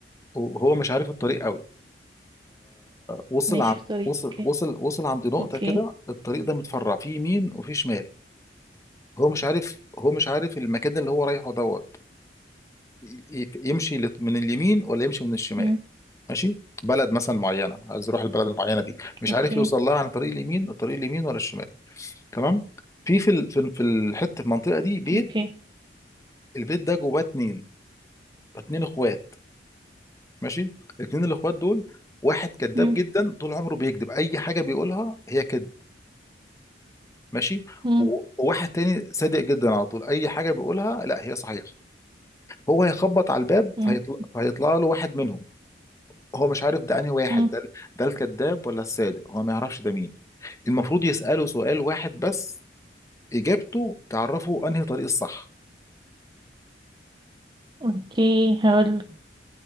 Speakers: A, on the left; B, on the right.
A: وهو مش عارف الطريق قوي فوصل
B: ماشي
A: عن
B: في طريق
A: وصل
B: اوكي
A: وصل وصل عند نقطه
B: اوكي
A: كده الطريق ده متفرع في يمين وفي شمال هو مش عارف هو مش عارف المكان اللي هو رايحه دوت ي- ي- يمشي لت- من اليمين ولا يمشي من الشمال
B: مم.
A: ماشي بلد مثلا معينه عايز يروح البلد المعينه دي مش
B: اوكي
A: عارف يوصل لها عن طريق اليمين الطريق اليمين ولا الشمال تمام في في ال- في ال- في الحته في المنطقه دي بيت
B: اوكي
A: البيت ده جواه اتنين اتنين اخوات ماشي اتنين الاخوات دول واحد كذاب
B: مم.
A: جدا طول عمره بيكذب اي حاجه بيقولها هي كذب ماشي
B: مم.
A: و- وواحد تاني صادق جدا على طول اي حاجه بيقولها لا هي صحيح هو هيخبط على الباب
B: مم.
A: فهيطلع فهيطلع له واحد منهم هو مش عارف ده انهي واحد
B: مم.
A: ده ده الكذاب ولا الصادق هو ما يعرفش ده مين المفروض يساله سؤال واحد بس اجابته تعرفه انهي طريق الصح
B: اوكي هقول